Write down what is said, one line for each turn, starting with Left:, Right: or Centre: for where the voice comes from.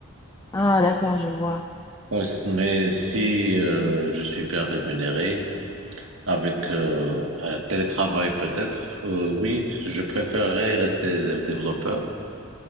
Left: Ah, d'accord, je vois.
Right: Ouais, c- Mais si euh, je suis bien rémunéré. Avec euh, un télétravail peut-être, euh, oui, je préférerais rester développeur.